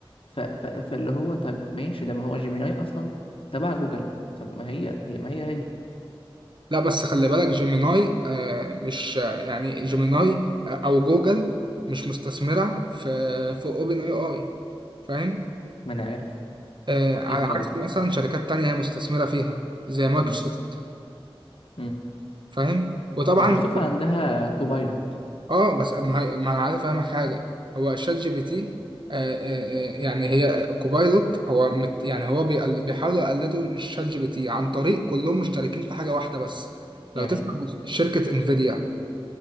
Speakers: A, on the left; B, on the right.
A: ف ف فاللي هو طب ماشي ده ما هو جيميناي اصلا تبع جوجل طب ما هي هي ما هي هي
B: لا بس خلي بالك جيميناي آه مش آه، يعني جيميناي آه، او جوجل مش مستثمرة في في اوبن اي اي فاهم
A: ما انا عارف
B: آه على
A: اكيد طبعا
B: عكس مثلا شركات تانية هي مستثمرة فيها زي مايكروسوفت
A: مم. مم.
B: فاهم وطبعا
A: مايكروسوفت عندها كوبايلوت
B: اه بس ما هي- ما انا عايز افهمك حاجه هو شات جي بي تي آه، آه، آه، يعني هي آه، كوبايلوت هو مت يعني هو بيقل- بيحاولوا يقلدوا شات جي بي تي عن طريق كلهم مشتركين في حاجه واحده بس لو
A: يعني
B: تسمع شركه انفيديا